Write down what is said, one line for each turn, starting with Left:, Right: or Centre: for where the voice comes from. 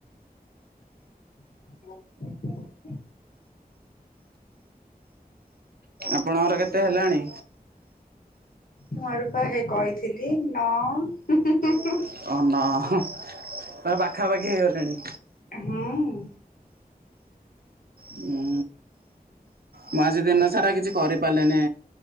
Left: <inaudible>
Right: ଆପଣଙ୍କର କେତେ ହେଲାଣି
Left: ମୁଁ <unintelligible> ହେ କହିଥିଲି ନ <inaudible>
Right: <unintelligible> ପାଖାପାଖି ହେଇଗଲାଣି
Left: ହୁଁ
Right: ହୁଁ ମୁଁ ଆଜି ଦିନ ସାରା କିଛି କରିପାରିଲିନି